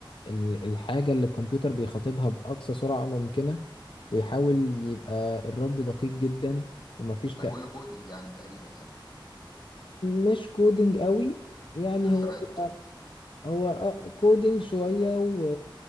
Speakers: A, on the left; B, on the left.
A: ال- الحاجة اللي الكمبيوتر بيخاطبها بأقصى سرعة ممكنة ويحاول يبقى الرد دقيق جدا ومفيش
B: ده
A: تأخير
B: كله كودينج يعني تقريبا يعني
A: مش كودينج قوي يعني
B: حسابات
A: هو بيبقى هو آه كودينج شوية و